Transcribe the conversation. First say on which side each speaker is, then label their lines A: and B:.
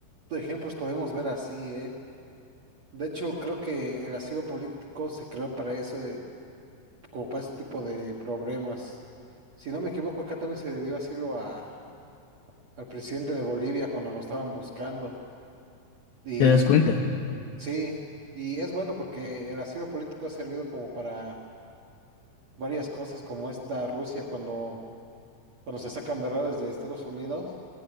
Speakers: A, on the right; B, on the left.
A: ejemplos podemos ver así, ¿eh? De hecho, creo que el asilo político se creó para eso, eh, como para este tipo de problemas. Si no me equivoco, acá también se le dio asilo a, al presidente de Bolivia cuando lo estaban buscando. Y
B: ¿Te das cuenta?
A: sí, y es bueno porque el asilo político ha servido como para varias cosas, como esta Rusia cuando, cuando se sacan verdades de Estados Unidos,